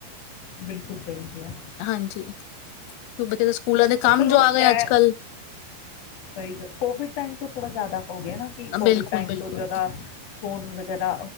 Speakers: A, on the left; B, on the left.
A: ਬਿਲਕੁਲ ਸਹੀ ਕਿਹਾ
B: ਹਾਂਜੀ। <unintelligible> ਸਕੂਲਾਂ ਦੇ ਕੰਮ
A: ਪਰ ਚਲੋ
B: ਜੋ ਆ ਗਏ
A: ਐ
B: ਅੱਜ ਕੱਲ
A: ਸਹੀ ਗੱਲ ਕੋਵਿਡ ਟਾਈਮ ਤੋਂ ਥੋੜਾ ਜ਼ਿਆਦਾ। ਹੋ ਗਿਆ ਨਾ ਕਿ ਕੋਵਿਡ
B: ਬਿਲਕੁਲ
A: ਟਾਈਮ
B: ਬਿਲਕੁਲ
A: ਤੋਂ ਜਿਆਦਾ ਫੋਨ ਵਗੈਰਾ